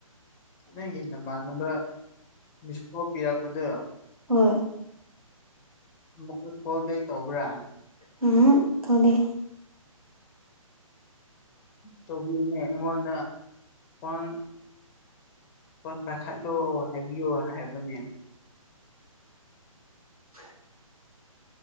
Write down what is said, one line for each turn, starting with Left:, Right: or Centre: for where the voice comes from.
Left: ꯅ ꯅ ꯅꯝꯕꯔ ꯃꯤꯁꯄꯣ ꯀꯌꯥ ꯀꯗ
Right: ꯍꯣꯏ
Left: ꯃꯛ ꯀꯣꯜꯕꯦꯛ ꯇꯎꯕ꯭ꯔꯥ
Right: ꯎꯝ ꯊꯗ
Left: ꯇꯧꯕꯤꯌꯅꯦ ꯑꯩꯉꯣꯟꯗ ꯐꯣꯟ ꯐꯣꯟ ꯄꯥꯈꯠꯂꯣ ꯍꯥꯏꯕꯤꯌꯣ ꯍꯥꯏꯕꯅꯦ
Right: ꯍ